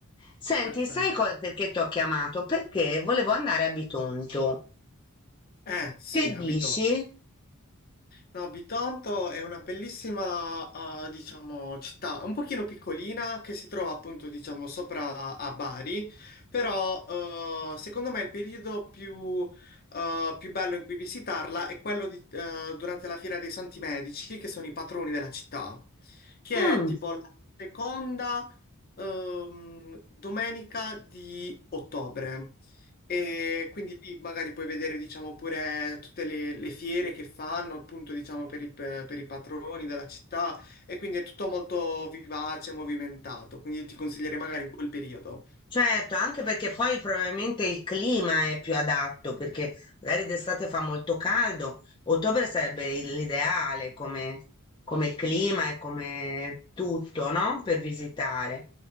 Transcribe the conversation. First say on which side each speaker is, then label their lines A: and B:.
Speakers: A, on the left; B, on the left.
A: Senti,
B: Perfetto.
A: sai co- perché ti ho chiamato? Perché volevo andare a Bitonto.
B: Eh, sì,
A: Che
B: abito.
A: dici?
B: No, Bitonto è una bellissima, eh, diciamo, città, un pochino piccolina che si trova appunto, diciamo, sopra a Bari, però eh, secondo me il periodo più, eh, più bello in cui visitarla è quello di- eh, durante la Fiera dei Santi Medici, che sono i patroni della città, che
A: Mm,
B: è tipo la seconda ehm, domenica di ottobre. E quindi lì magari puoi vedere, diciamo, pure tutte le, le fiere che fanno, appunto, diciamo, per i, per i patroni della città. E quindi è tutto molto vivace, e movimentato. Quindi ti consiglierei magari in quel periodo.
A: certo, anche perché poi probabilmente il clima è più adatto, perché magari d'estate fa molto caldo, ottobre sarebbe il- l'ideale come, come clima e come tutto, no? Per visitare.